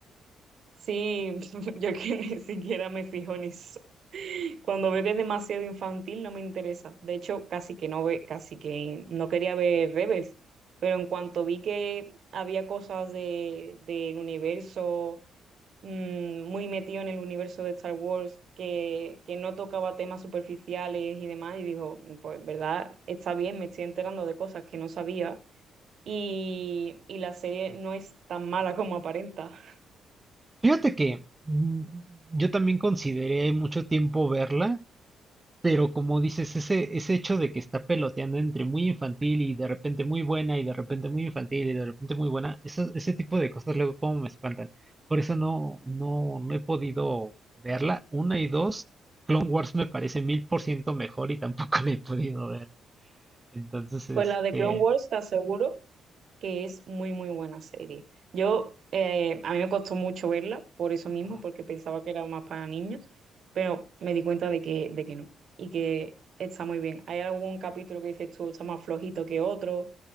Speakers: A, on the right; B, on the right.
A: Sí, <laughs> yo que ni siquiera me fijo en eso. Cuando veo que es demasiado infantil no me interesa. De hecho, casi que no ve, casi que no quería ver Rebels, pero en cuanto vi que había cosas de, del universo mm, muy metido en el universo de Star Wars, que, que no tocaba temas superficiales y demás, y digo, pues en verdad está bien, me estoy enterando de cosas que no sabía, y, y la serie no es tan mala como aparenta.
B: Fíjate que mm, yo también consideré mucho tiempo verla, Pero como dices, ese, ese hecho de que está peloteando entre muy infantil y de repente muy buena y de repente muy infantil y de repente muy buena, eso, ese tipo de cosas luego como me espantan. Por eso no, no, no he podido verla. Una y dos, Clone Wars me parece mil por ciento mejor y tampoco <laughs> la he podido ver. Entonces, este,
A: Pues la de Clone Wars te aseguro que es muy, muy buena serie. Yo, eh, a mí me costó mucho verla, por eso mismo,
B: ah,
A: porque pensaba que era más para niños, pero me di cuenta de que, de que no, y que está muy bien. Hay algún capítulo que dices tú, está más flojito que otro,